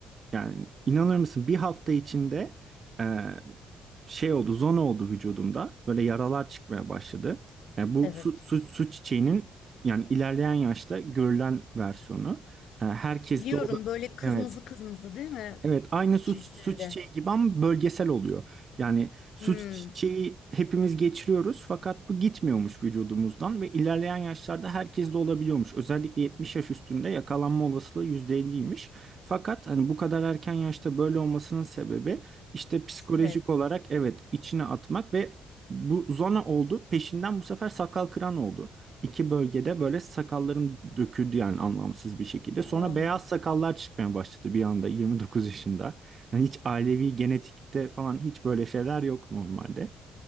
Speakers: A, on the right; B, on the left.
A: yani inanır mısın bir hafta içinde e, şey oldu, zona oldu vücudumda. Böyle yaralar çıkmaya başladı. Yani bu
B: evet.
A: su, su, su çiçeğinin yani ilerleyen yaşta görülen versiyonu. E, Herkes
B: Biliyorum
A: de o da
B: böyle kırmızı
A: evet.
B: kırmızı değil mi?
A: Evet aynı su,
B: Cildinde.
A: su çiçeği gibi ama bölgesel oluyor. Yani su
B: Hmm,
A: çiçeği hepimiz geçiriyoruz fakat bu gitmiyormuş vücudumuzdan ve ilerleyen yaşlarda herkes de olabiliyormuş. Özellikle 70 yaş üstünde yakalanma olasılığı yüzde elliymiş Fakat hani bu kadar erken yaşta böyle olmasının sebebi işte psikolojik
B: stres.
A: olarak evet içine atmak ve bu zona oldu. Peşinden bu sefer sakal kıran oldu iki bölgede böyle sakallarım döküldü yani anlamsız bir şekilde.
B: Aa,
A: Sonra beyaz sakallar çıkmaya başladı bir anda 29 yaşında. Yani hiç ailevi genetikte falan hiç böyle şeyler yok normalde.